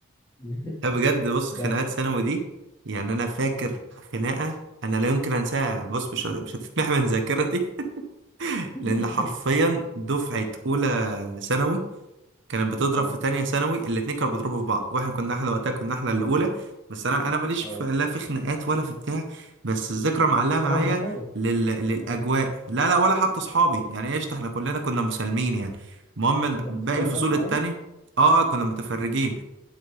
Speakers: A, on the left; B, on the right.
A: <laughs>
B: لا بجد بص خناقات
A: بس
B: ثانوي دي يعني انا فاكر خناقه انا لا يمكن انساها بص مش مش هتتمح من ذاكرتي <laughs>
A: <laughs>
B: لان حرفيا دفعه اولى ثانوي كانت بتضرب
A: اه
B: في تانية ثانوي الاتنين كانوا بيضربوا في بعض واحنا كنا احنا وقتها كنا احنا اللي اولى بس انا انا ماليش
A: اه
B: في لا في خناقات ولا في بتاع بس الذكرى
A: بس
B: معلقه
A: اصحابك
B: معايا
A: بيتخانقوا
B: لل... للاجواء
A: اه
B: لا لا ولا حتى اصحابي
A: اه
B: يعني ايش احنا كلنا كنا مسالمين يعني المهم
A: انت بتتفرج
B: باقي الفصول
A: بس يعني
B: التانية اه كنا متفرجين